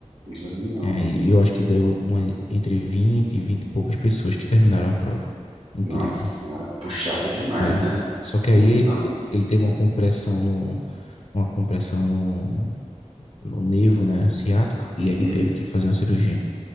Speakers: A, on the right (about 50°); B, on the left (about 60°).
A: eu também não.
B: É, e eu acho que deu uma, entre 20 e 20 e poucas pessoas que terminaram a prova. Incrível.
A: Nossa Senhora, puxado demais,
B: É.
A: né?
B: Só que aí
A: Nossa,
B: ele,
A: não.
B: ele teve uma compressão no, uma compressão no, no nervo, né, ciático,
A: Uhum.
B: e aí teve que fazer uma cirurgia.